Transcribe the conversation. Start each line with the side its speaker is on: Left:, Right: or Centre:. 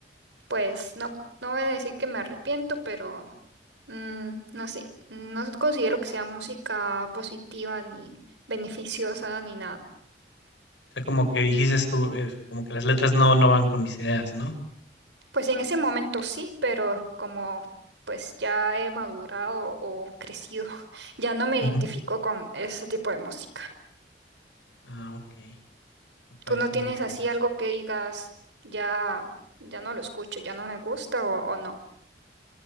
Right: pues no, no voy a decir que me arrepiento, pero mm, no sé, no considero que sea música positiva ni beneficiosa ni nada.
Left: O sea, como que dijiste tú, eh, como que las letras no, no van con mis ideas, ¿no?
Right: Pues en ese momento sí, pero como pues ya he madurado o crecido, <laughs> ya no me
Left: Ujú.
Right: identifico con ese tipo de música.
Left: Ah, ok. Me parece
Right: ¿Tú no tienes
Left: muy
Right: así
Left: bien.
Right: algo que digas, ya, ya no lo escucho, ya no me gusta o, o no?